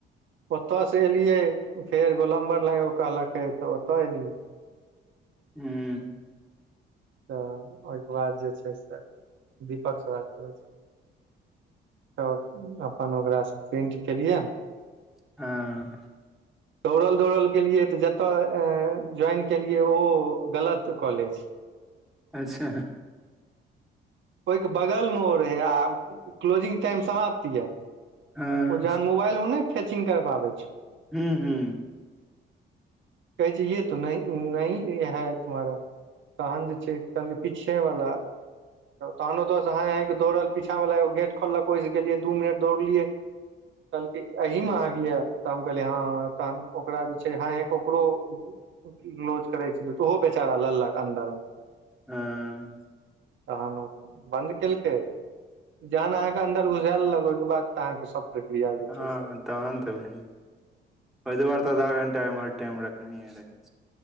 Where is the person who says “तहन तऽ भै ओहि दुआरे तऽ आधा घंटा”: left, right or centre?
Centre